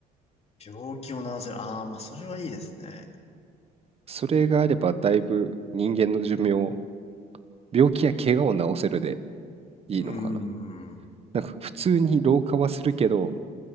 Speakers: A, on the left (about 40°); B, on the right (about 35°).
A: 病気を治せる。ああ、まあそれはいいですね。
B: それがあればだいぶ人間の寿命、病気や怪我を治せるでいいのかな。
A: うーん。
B: なんか普通に老化はするけど、